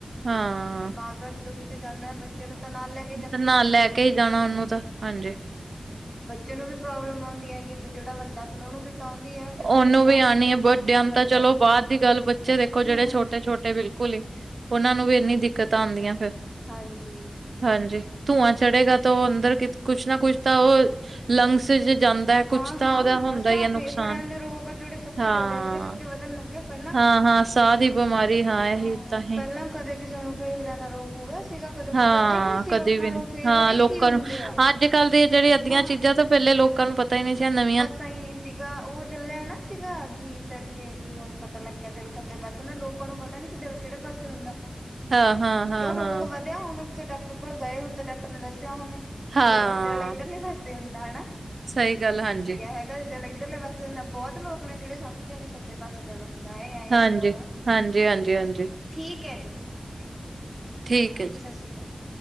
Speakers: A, on the right; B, in the centre.
A: ਹਾਂ
B: ਮਾਂ ਪਿਓ ਜਦੋਂ ਕਿਤੇ ਜਾਂਦਾ ਬੱਚੇ ਨੂੰ ਤਾਂ ਨਾਲ ਲੈ ਕੇ
A: ਤੇ ਨਾਲ ਲੈ ਕੇ ਹੀ ਜਾਣਾ ਉਹਨੂੰ ਤਾਂ
B: ਹਨਾ।
A: ਹਾਂਜੀ
B: ਬੱਚੇ ਨੂੰ ਵੀ ਪ੍ਰੋਬਲਮ ਆਉਂਦੀ ਹੈਗੀ ਤੇ ਜਿਹੜਾ ਵੱਡਾ ਫਿਰ ਉਹਨੂੰ ਵੀ ਤਾਉਂਦੀ ਹੈ ਜਦੋਂ
A: ਉਹਨੂੰ
B: ਕੁਛ ਹਨਾ
A: ਵੀ ਆਉਣੀ ਹੈ ਵਡਿਆਂ
B: ਗੰਦਾ
A: ਤਾਂ ਚਲੋ
B: ਧੂੰਆਂ
A: ਬਾਅਦ ਦੀ ਗੱਲ ਬੱਚੇ ਦੇਖੋ
B: ਹੂੰ
A: ਜਿਹੜੇ ਛੋਟੇ ਛੋਟੇ ਬਿਲਕੁਲ ਕੁਲੀ ਉਹਨਾ ਨੂੰ ਵੀ ਇੰਨੀ ਦਿੱਕਤਾਂ ਆਉਂਦੀਆਂ ਫਿਰ
B: ਹਾਂਜੀ
A: ਹਾਂਜੀ ਧੂੰਆਂ ਚੜ੍ਹੇਗਾ ਤਾਂ ਉਹ ਅੰਦਰ ਕੁਛ ਨਾ ਕੁਛ ਤਾਂ ਉਹ ਲੰਗਸ ਜਾਂਦਾ ਹੈ
B: ਹਾਂ
A: ਕੁਛ
B: ਹਾਂ
A: ਤਾਂ ਉਹਦਾ ਹੁੰਦਾ
B: ਬਸ
A: ਹੀ ਹੈ ਨੁਕਸਾਨ
B: ਫੇਫੜਿਆਂ ਦੇ ਰੋਗ ਆ ਜਿਹੜੇ ਸਭ
A: ਹਾਂ
B: ਤੋਂ ਜ਼ਿਆਦਾ ਇਸੇ ਕਰਕੇ ਵਧਣ ਲੱਗਿਆ ਪਹਿਲਾਂ
A: ਹਾਂ-ਹਾਂ ਸਾਹ ਦੀ ਬਿਮਾਰੀ
B: ਹਾਂ
A: ਇਹੀ ਤਾਂਹੀ
B: ਪਹਿਲਾਂ ਕਦੇ ਕਿਸ ਫੇਫੜਿਆਂ ਦਾ ਰੋਗ ਹੋਇਆ ਸੀਗਾ ਕਦੇ
A: ਹਾਂ
B: ਪਤਾ ਹੀ ਨਹੀਂ ਸੀ
A: ਕਦੇ
B: ਲੋਕਾਂ
A: ਵੀ
B: ਨੂੰ
A: ਨੀ
B: ਫੇਫੜੇ
A: ਹਾਂ ਲੋਕਾਂ
B: ਕੀ ਹੁੰਦੇ
A: ਨੂੰ
B: ਆ
A: ਅੱਜ ਕੱਲ੍ਹ ਦੀ ਜਿਹੜੀ ਅੱਧੀਆਂ
B: ਹਾਂ
A: ਚੀਜ਼ਾਂ ਤਾਂ ਪਹਿਲੇ ਲੋਕ ਲੋਕ <inaudible>
B: ਪਤਾ ਹੀ ਨਹੀਂ ਸੀਗਾ ਉਹ ਚੱਲਿਆ ਨਾ ਸੀਗਾ ਗੀਤ ਕਿ ਵੀ ਹੁਣ ਪਤਾ ਲੱਗਿਆ ਦਿਲ ਖੱਬੇ ਪਾਸੇ ਹੁੰਦਾ ਲੋਕਾਂ ਨੂੰ ਪਤਾ ਨੀ ਸੀ ਦਿਲ ਕਿਹੜੇ ਪਾਸੇ ਹੁੰਦਾ
A: ਹਾਂ-ਹਾਂ-ਹਾਂ-ਹਾਂ,
B: ਕਿਉਂ ਰੋਗ
A: ਹਾਂ ਹਾਂ ਹਾਂ
B: ਵਧਿਆ ਹੋਵੇਂ ਕਿਸੇ ਡਾਕਟਰ ਕੋਲ ਗਏ ਹੁਣ ਤਾਂ ਡਾਕਟਰ ਨੇ ਦੱਸਿਆ ਹੋਵੇਂ ਪੀਰ
A: ਹਾਂ
B: ਇੱਧਰਲਾ ਫਸੀ ਹੁੰਦਾ ਹੈਾ
A: ਸਹੀ ਗੱਲ ਹਾਂਜੀ
B: ਹੈਗਾ ਇੱਧਰ ਇੱਧਰਲੇ ਵਸੇ ਬਹੁਤ ਲੋਕ ਨੇ ਜਿਹੜੇ ਸਮਝਦੇ ਨੇ ਸੱਜੇ ਪਾਸ ਦਿਲ ਹੁੰਦਾ ਹੈ ਆ
A: ਹਾਂਜੀ।
B: ਆ ਜੋ
A: ਹਾਂਜੀ-ਹਾਂਜੀ, ਹਾਂਜੀ ਹਾਂਜੀ
B: ਠੀਕ ਹੈ ਜੀ ਠੀਕ
A: ਠੀਕ ਹੈ ਜੀ
B: ਸਤਿ ਸ਼੍ਰੀ ਅਕਾਲ ਜੀ